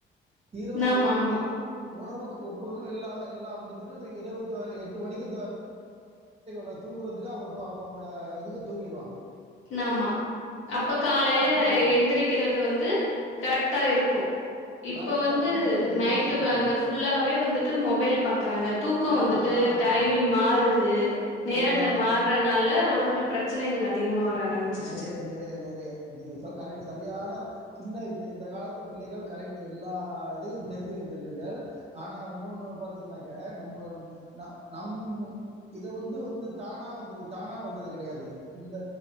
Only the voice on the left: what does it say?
ஆமா
ஆமா
ஆமா அப்ப காலையில
எந்திரிக்கிறது வந்து கரெக்டா இருக்கும் இப்ப
வந்து நைட்டு
அந்த புல்லாவே வந்துட்டு மொபைல் பாக்குறாங்க தூக்கம் வந்துட்டு
டைமிங் மாறுது து நேரங்கள்
மாறுறனால உடம்புல பிரச்சனைகள் அது அதிகமா வர ஆரம்பிச்சிருச்சு.